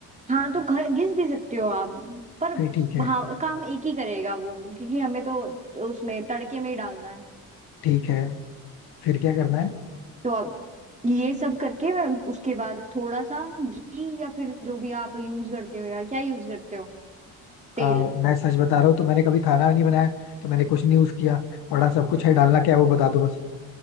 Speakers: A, on the right; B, on the left.
A: हाँ तो घ- घिस भी सकते हो आप पर
B: फिर ठीक है
A: हाँ काम एक ही करेगा वो क्योंकि हमें तो उसमें तड़के में ही डालना है
B: ठीक है फिर क्या करना है
A: तो अब ये सब करके मैं उसके बाद थोड़ा सा घी या फिर जो भी आप यूज करते हो यार क्या यूज करते हो तेल
B: अ, मैं सच बता रहा हूँ तो मैंने कभी खाना नहीं बनाया तो मैंने कुछ नहीं यूज किया पड़ा सब कुछ है डालना क्या है वो बता दो बस